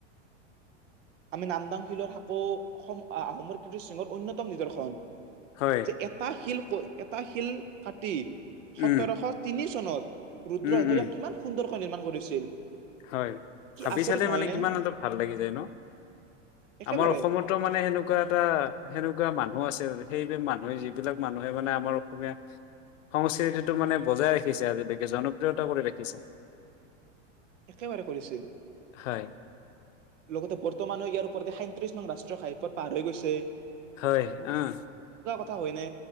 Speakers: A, on the right; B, on the left.
A: আমি নামদাং শিলৰ সাঁকো অসম অ'- আহোমৰ কীৰ্তিচিহ্নৰ অন্যতম নিদৰ্শন।
B: হয়
A: যে এটা শিল কৈ এটা শিল কাটি সোতৰশ
B: উম
A: তিনি চনত ৰুদ্ৰসিংহই
B: উম উম
A: ইয়াক কিমান সুন্দৰ কৈ নিৰ্মাণ কৰিছিল।
B: হয়,
A: কি
B: ভাবি
A: আচৰিত
B: চালে
A: নহয়
B: মানে
A: নে
B: কিমান এটা ভাল লাগি যায়, ন'?
A: একেবাৰে
B: আমাৰ অসমতো মানে সেনেকুৱা এটা- সেনেকুৱা মানুহ আছিল ৰে। সেইব মানুহে যিবিলাক মানুহে মানে আমাৰ অসমীয়া সংস্কৃতিটো মানে বজাই ৰাখিছে আজিলৈকে জনপ্ৰিয়তা কৰি ৰাখিছে।
A: একেবাৰে কৰিছিল।
B: হয়
A: লগতে বৰ্তমানহ আৰু পৰ দেখাই। ত্ৰিশ নং ৰাষ্ট্ৰীয় ঘাইপথ পাৰ হৈ গৈছে।
B: হয় আহ।
A: তাৰ হয়নে।